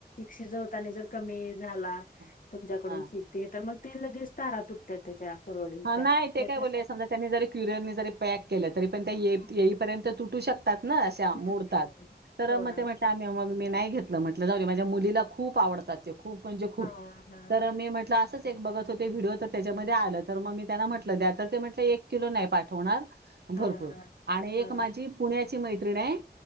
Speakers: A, on the left; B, on the right.
A: शिजवताना जर कमी, झाला
B: हां
A: तुमच्याकडून
B: हां
A: शिकतेय तर मग ते लगेच तारा तुटतात त्याच्या, कुरवडीच्या.
B: हा नाही ते
A: त्याच्यासाठी
B: काय बोलले समजा त्यांनी जरी, क्युरियननी जरी पॅक केलं तरी पण त्या येईपर्यंत
A: हं,
B: तु टू शकता. तात ना अश्या मोडतात
A: हं. हं.
B: तर
A: हो
B: मग
A: ना.
B: ते म्हटले आम्हीं मी नाही घेतलं म्हटलं, जाऊ दे माझ्या मुलीला खूप आवडतात ते, खूप म्हणजे खूप
A: हां, हां.
B: तर मी म्हटलं असंच बघत होते व्हडिओ, त्याच्यामध्ये आलं. मग मी त्यांना म्हटलं त्या ते म्हटलं एक किलो नाही पाठवणार भरपूर
A: हां, हां.
B: आणि
A: हां,
B: एक माझी
A: हां,
B: पुण्यात ती मैत्रिण आहे.